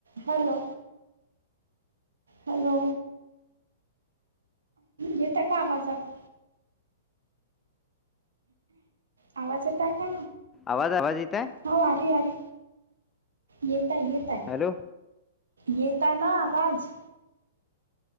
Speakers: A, on the right; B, on the left.
A: Hello, hello येत का आवाज आता आवाज येतय का
B: आवाज, आवाज येतय
A: हो अरे, अरे येत आहे, येत आहे
B: हॅलो
A: येत आहे ना आवाज